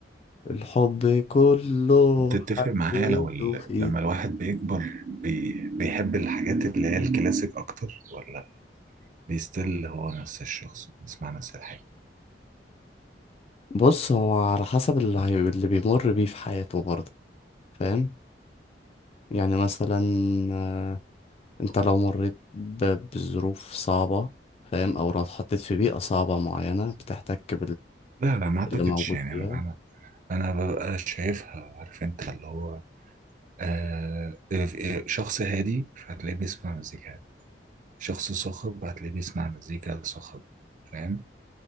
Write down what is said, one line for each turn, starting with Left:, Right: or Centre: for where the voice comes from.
Left: الحب كله
Right: بتتفق
Left: حبيته
Right: معايا لو ال...
Left: فيه
Right: لما الواحد بيكبر بي... بيحب الحاجات اللي هي الكلاسيك أكتر ولا بيستل هو نفس الشخص بيسمع نفس الحاجة
Left: بص هو على حسب اللي, هي... اللي بيمر بيه في حياته برضه فاهم يعني مثلا آه، انت لو مريت ب- بظروف صعبة فاهم او لو اتحطيت في بيئة صعبة معينة بتحتك
Right: لا لا ما اعتقدش
Left: باللي موجود
Right: يعني
Left: فيها
Right: انا انا أنا ببقى شايفها عارف انت اللي هو آه إيه- شخص هادي فهتلاقيه بيسمع مزيكا هادي شخص صاخب هتلاقيه بيسمع مزيكا صاخبة فاهم